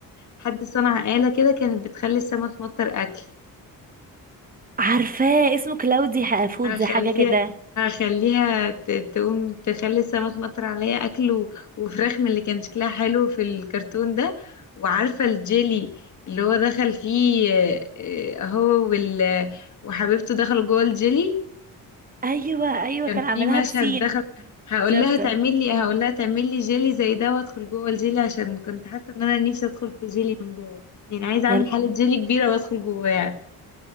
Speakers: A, on the left (about 55°); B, on the right (about 25°).
A: حد صنع آلة كده كانت بتخلي السما تمطر أكل
B: عارفاه اسمه كلاودي ح- فودز
A: هخليها
B: حاجة كده
A: هخليها ت- تقوم تخلي السما تمطر عليا أكل و- وفراخ من اللي كان شكلها حلو في الكرتون ده وعارفة الجيلي اللي هو دخل فيه آه، آه، هو وال وحبيبته دخلوا جوه الجيلي
B: ايوه ايوه
A: كان
B: كان عاملها
A: في مشهد
B: بسين
A: دخل هقول
B: شفته
A: لها تعمل لي هقول لها تعمل لي جيلي زي ده وادخل جوه الجيلي عشان كنت حاسه ان انا نفسي ادخل في جيلي من جوه يعني عايزه
B: يلا
A: اعمل حاله جيلي كبيره وادخل جواها